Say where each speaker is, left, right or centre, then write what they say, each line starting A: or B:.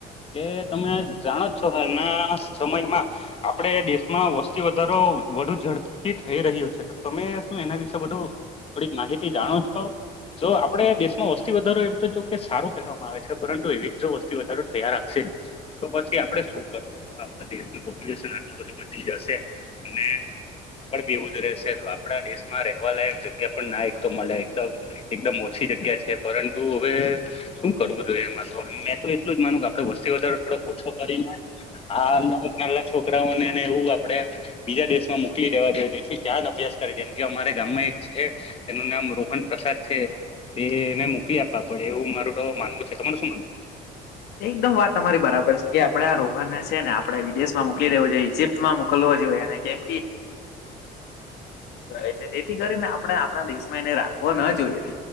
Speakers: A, on the left; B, on the left.
A: કે તમે જાણો જ છો હાલના સમયમાં આપડે દેશમાં વસ્તી વધારો વધુ ઝડપથી થઈ રહ્યો છે, તો તમે શું એના વિશે બધું થોડીક માહિતી જાણો છો? જો આપડે દેશમાં વસ્તી વધારો એમ તો જોકે સા કરવામાં આવે છે પરંતુ એવી જો વસતી વધારો થયા રાખશે તો પછી આપડે શું કરવું આપડા થી પોપ્યુલેશન આટું બધું વધી જશે અને આગળ બી એવું જ રહેશે તો આપણા દેશ રહેવા વાલાયક જગ્યા પણ ના એકતો મલે એકદમ એકદમ ઓછી જગ્યા છે પરંતુ હવે શું કરવું? ઘણું બધું હે એમાં મે તો એટલું જ માનું કે આપડે વસ્તી વધારો થોડો ઓછો કરીને આ અમુક નાના છોકરાઓને એને એવું આપડે બીજા દેશમાં મોકલી દેવા જોઈએ તેથી ત્યાં જ અભ્યાસ કરે છે એમ. અમારા ગામમાં એક છે તેનું નામ રોહન પ્રસાદ છે તેને મોકલી આપવા પડે એવું તોત માનવું છે તમારે શું માનવું.
B: એકદમ વાત તમારી બરાબર છે કે આપડે આ રોહન છે ને આપણે વિદેશમાં મોકલી દેવો જોએ ઈજિપ્તમાં મોકલવો જોઈએ અને કેમ એક તેથી કરીને આપણે આપણા દિવસ ઓમ એને રાખવો ના જોઈએ.